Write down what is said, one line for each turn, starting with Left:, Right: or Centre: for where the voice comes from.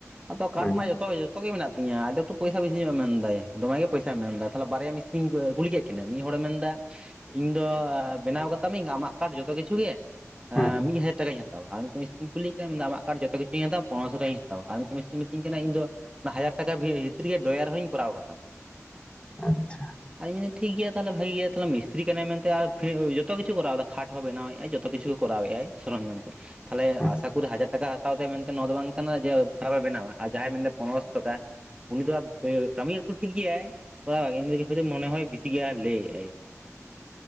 Right: ᱟᱫᱚ ᱠᱟᱴ
Left: ᱦᱩᱸ
Right: ᱢᱟ ᱡᱚᱛᱚ ᱛᱚ ᱜᱮ ᱢᱮᱱᱟᱜ ᱛᱤᱧᱟᱹ ᱟᱫᱚ ᱛᱳ ᱯᱚᱭᱥᱟ ᱵᱤᱥᱤ ᱧᱚᱜ ᱮᱢ ᱢᱮᱱ ᱫᱟᱭ ᱫᱚᱢᱮ ᱜᱮ ᱯᱚᱭᱥᱟᱭ ᱢᱮᱱ ᱮᱫᱟ ᱛᱟᱦᱞᱮ ᱵᱟᱨᱭᱟ ᱢᱤᱥᱛᱨᱤᱧ ᱠᱩᱞᱤ ᱠᱮᱫ ᱠᱤᱱᱟ ᱢᱤᱫ ᱦᱚᱲ ᱢᱮᱱ ᱮᱫᱟ ᱤᱧ ᱫᱚ ᱵᱮᱱᱟᱣ ᱠᱟᱛᱟᱢᱟᱹᱧ ᱟᱢᱟᱜ ᱠᱟᱴ ᱡᱚᱛᱚ ᱠᱤᱪᱷᱩ ᱜᱮ ᱮᱸ
Left: ᱦᱩᱸ
Right: ᱢᱤᱫ ᱦᱟᱡᱟᱨ ᱴᱟᱠᱟᱧ ᱦᱟᱛᱟᱣᱟ ᱟᱨ ᱢᱤᱫᱴᱮᱱ ᱢᱤᱥᱛᱨᱤᱧ ᱠᱩᱞᱤᱭᱮ ᱠᱟᱱᱟ ᱢᱮᱱᱫᱟ ᱟᱢᱟᱜ ᱠᱟᱴ ᱡᱚᱛᱚ ᱠᱤᱪᱩ ᱦᱟᱛᱟᱣᱟ ᱯᱚᱱᱮᱨᱚᱥᱳ ᱴᱟᱠᱟᱧ ᱦᱟ ᱛᱟᱣᱟ ᱟᱨ ᱢᱤᱫᱴᱮᱱ ᱢᱤᱥᱛᱨᱤᱧ ᱢᱤᱛᱟᱹᱧ ᱠᱟᱱᱟ ᱤᱧ ᱫᱚ ᱚᱱᱟ ᱦᱟᱡᱟᱨ ᱴᱟᱠᱟ ᱵᱷᱤᱛᱤᱨ ᱨᱮ ᱰᱚᱭᱟᱨ ᱦᱚᱸᱧ ᱠᱚᱨᱟᱣ ᱠᱟᱛᱟᱢᱟ᱾
Left: ᱟᱪᱪᱷᱟ᱾
Right: ᱟᱫᱚᱧ ᱢᱮᱱᱫᱟᱹᱧ ᱴᱷᱤᱠ ᱜᱮᱭᱟ ᱛᱟᱦᱚᱞᱮ ᱵᱷᱟᱜᱮ ᱜᱮᱭᱟ ᱛᱟᱦᱞᱮ ᱢᱤᱥᱛᱨᱤ ᱠᱟᱱᱟᱭ ᱢᱮᱱᱛᱮ ᱟᱨ ᱡᱚᱛ ᱠᱤᱪᱷᱩ ᱠᱚᱨᱟᱣᱫᱟ ᱠᱷᱟᱴ ᱦᱚᱸ ᱵᱮᱱᱟᱣ ᱮᱫ ᱟᱭ ᱡᱚᱛᱚ ᱠᱤᱪᱷᱩ ᱠᱚᱨᱟᱣᱮᱫᱟᱭ ᱥᱚᱨᱚᱧᱡᱟᱢ ᱠᱚ, ᱛᱟᱦᱚᱞᱮ
Left: ᱦᱩᱸ
Right: ᱟᱥᱟ ᱠᱚᱨᱤ ᱦᱟᱡᱟᱨ ᱴᱟᱠᱟ ᱦᱟᱛᱟᱣ ᱫᱟᱜ ᱢᱮᱱᱛᱮ ᱱᱚᱣᱟ ᱫᱚ ᱵᱟᱝ ᱠᱟᱱᱟ ᱡᱮ ᱠᱷᱟᱨᱟᱵ ᱮ ᱵᱮᱱᱟᱣᱟ ᱟᱨ ᱡᱟᱦᱟᱸᱭ ᱢᱮᱱᱫᱟ ᱯᱚᱱᱮᱨᱚᱥᱚ ᱴᱟᱠᱟ ᱩᱱᱤ ᱫᱚ ᱠᱟᱹᱢᱤ ᱮᱠᱴᱩ ᱴᱷᱤᱠ ᱜᱮᱭᱟᱭ ᱠᱚᱨᱟᱣᱟᱭ ᱩᱱᱤ ᱢᱚᱱᱮ ᱦᱚᱭ ᱵᱤᱥᱤ ᱜᱮᱭᱟ ᱦᱟᱸᱜ ᱞᱟᱹᱭ ᱟᱭ᱾